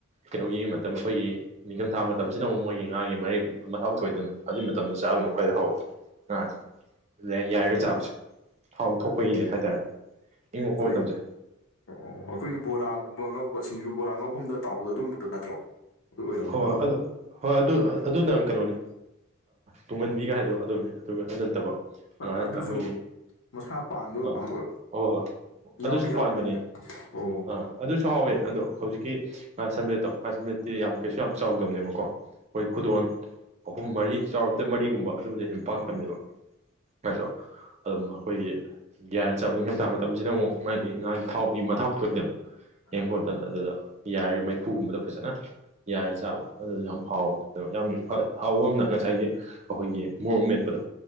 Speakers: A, on the right (about 30°); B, on the left (about 60°).
A: ꯀꯩꯅꯣꯒꯤ ꯃꯇꯝ ꯑꯩꯈꯣꯏꯒꯤ꯫ ꯅꯤꯡꯊꯝꯊꯥ ꯃꯇꯝꯁꯤꯅ ꯑꯃꯨꯛ ꯃꯣꯏꯒꯤ ꯉꯥꯒꯤ ꯃꯔꯦꯛ ꯃꯥꯎ ꯊꯣꯏꯗꯅ ꯑꯗꯨꯖꯤꯛ ꯃꯇꯝꯗ ꯆꯥꯕꯅ ꯈ꯭ꯋꯥꯏꯗ ꯍꯧꯎꯕ꯫ ꯉꯥꯁꯦ ꯑꯗꯨ ꯌꯥꯏꯔꯒ ꯆꯥꯕꯁꯦ ꯊꯥꯎ ꯊꯣꯛꯄꯒꯤꯅꯦ ꯍꯥꯏꯇꯥꯔꯦ꯫ ꯏꯪꯉꯛꯄ
B: ꯈꯣꯏ꯫
A: ꯃꯇꯝꯁꯦ
B: ꯑꯣ ꯑꯣ ꯑꯩꯈꯣꯏꯒꯤ ꯕꯣꯔꯥꯒꯨꯝꯕ ꯑꯉꯧꯕ ꯁꯤꯡꯖꯨ ꯕꯣꯔꯥ ꯑꯉꯧꯐꯝꯗ ꯇꯥꯎꯕꯗꯣ ꯑꯗꯨꯒꯨꯝꯕꯗꯣ ꯅꯠꯇ꯭ꯔꯣ꯫ ꯑꯗꯨ ꯑꯣꯏꯔꯝꯗꯧ
A: ꯍꯣꯏ
B: ꯃꯥꯜꯂꯦ
A: ꯍꯣꯏ ꯑꯗꯣ ꯍꯣꯏ ꯑꯗꯨ ꯑꯗꯨꯅꯪ ꯀꯩꯅꯣꯅꯦ ꯇꯨꯡꯍꯟꯕꯤꯒ ꯍꯥꯏꯗꯣ ꯑꯗꯨꯅꯦ ꯑꯗꯨꯒ ꯑꯗꯨ ꯅꯠꯇꯕ꯫ ꯑꯩꯈꯣꯏꯒꯤ꯫
B: ꯑꯗꯨꯁꯨ ꯃꯁꯥ ꯄꯥꯟꯕ
A: ꯑꯥ
B: ꯑꯃꯨꯛ
A: ꯍꯣꯏ ꯍꯣꯏ
B: ꯌꯥꯎꯗꯤ
A: ꯑꯗꯨꯁꯨ
B: ꯌꯥꯎꯕꯅꯦ
A: ꯄꯥꯟꯕꯅꯦ
B: ꯑꯣ
A: ꯑꯥ ꯑꯗꯨꯁꯨ ꯍꯥꯎꯋꯦ ꯑꯗꯣ ꯍꯧꯖꯤꯛꯀꯤ ꯉꯥ ꯁꯝꯕꯦꯠꯇꯣ ꯉꯥ ꯁꯟꯕꯦꯠꯇꯤ ꯌꯥꯝ ꯀꯩꯁꯨ ꯌꯥꯝ ꯆꯥꯎꯗꯕꯅꯦꯕꯀꯣ꯫ ꯑꯩꯈꯣꯏ
B: ꯎꯝ
A: ꯈꯨꯗꯣꯟ ꯑꯍꯨꯝ ꯃꯔꯤ ꯆꯥꯎꯔꯕꯗ ꯃꯔꯤꯒꯨꯝꯕ ꯑꯗꯨꯕꯨꯗ ꯍꯦꯟꯅ
B: ꯎꯝ
A: ꯄꯥꯛꯇꯕꯅꯦꯕ꯫
B: ꯎꯝ ꯎꯝ
A: ꯑꯗꯣ ꯑꯗꯨꯝ ꯑꯩꯈꯣꯏꯒꯤ꯫ ꯒ꯭ꯌꯥꯟ ꯆꯥꯕ ꯅꯤꯡꯊꯝꯊꯥ ꯃꯇꯝꯁꯤꯗ ꯑꯃꯨꯛ ꯃꯥꯒꯤ ꯉꯥꯒꯤ ꯊꯥꯎꯒꯤ ꯃꯊꯥꯎ ꯊꯣꯛꯏꯗꯅ꯫
B: ꯃꯥꯅꯦ
A: ꯌꯦꯡꯉꯛꯄ
B: ꯃꯥꯅꯦ
A: ꯃꯇꯝꯗ ꯑꯗꯨꯗ ꯌꯥꯔꯒ ꯃꯩꯐꯨꯒꯨꯝꯕꯗ ꯐꯖꯅ꯫ ꯌꯥꯏꯔ ꯆꯥꯕ ꯑꯗꯨꯁꯨ ꯌꯥꯝ ꯍꯥꯎꯋ ꯑꯗꯣ ꯌꯥꯝ ꯍꯥꯎꯕ ꯑꯃꯅ ꯉꯁꯥꯏꯒꯤ꯫ ꯑꯩꯈꯣꯏꯒꯤ ꯃꯣꯔꯣꯛ ꯃꯦꯠꯄꯗꯣ